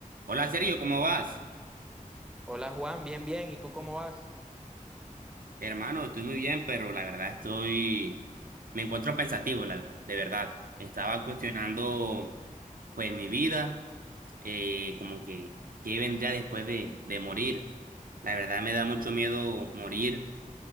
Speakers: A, on the right (about 80°); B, in the centre.
A: Hola Sergio, ¿cómo vas?
B: Hola Juan, bien, bien. ¿Y tú cómo vas?
A: Hermano, estoy muy bien, pero la verdad estoy, me encuentro pensativo, la- de verdad. Estaba cuestionando pues mi vida, eh, como que qué vendría después de, de morir. La verdad me da mucho miedo morir